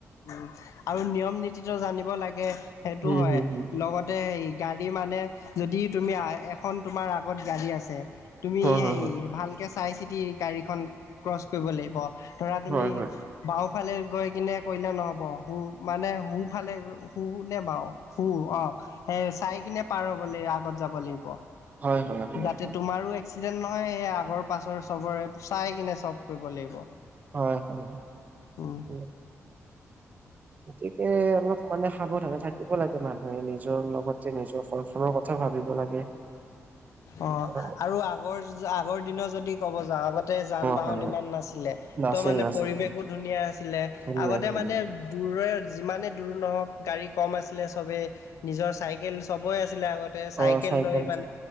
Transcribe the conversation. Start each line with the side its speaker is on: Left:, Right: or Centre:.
Left: উম, আৰু নিয়ম নীতিটো জানিব লাগে সেইটো
Right: উম
Left: হয়
Right: হুম হুম
Left: লগতে হেই গাড়ী মানে যদি তুমি এখন তোমাৰ আগত গাড়ী আছে তুমি
Right: হয়
Left: হেৰি
Right: হয়
Left: ভালকে চাই চিতি গাড়ীখন ক্ৰচ কৰিব লাগিব ধৰা তুমি
Right: হয় হয় হয়।
Left: বাওঁফালে গৈ কিনে কৰিলে নহ'ব সোঁ মানে সোঁফালে সোঁ নে বাওঁ সোঁ অ' সেই চাই কিনে পাৰ হ'ব লাগিব আগত যাব লাগিব।
Right: হয় হয় হয়
Left: যাতে
Right: হয়।
Left: তোমাৰো এ এক্সিডেণ্ট নহয় সে আগৰ পাছৰে চবৰে চাই কিনে চব কৰিব লাগিব।
Right: হয় হয়,
Left: উম
Right: উ। গতিকে অলপ মানে সাৱধানে থাকিব লাগে মানুহে এনে। জৰ লগতে নিজৰ ঘৰখনৰ কথাও ভাবিব লাগে।
Left: অঁ'
Right: অ
Left: আৰু আগৰ আগৰ দিনৰ যদি ক'ব যাওঁ আগ তে যান বাহন
Right: হয় হয়
Left: ইমান নাছিলে
Right: নাছিল
Left: ত' মানে
Right: নাছিল
Left: পৰিৱেশো ধুনীয়া আছিলে।
Right: ধুনীয়া
Left: আগতে
Right: ধুনীয়া।
Left: মানে- দূৰে, যিমানেই দূৰ নহওঁক গাড়ী কম আছিলে, চবেই- নিজৰ চাইকেল চবেই আছিলে আগতে, চাইকেল
Right: অ
Left: লৈ-
Right: আছে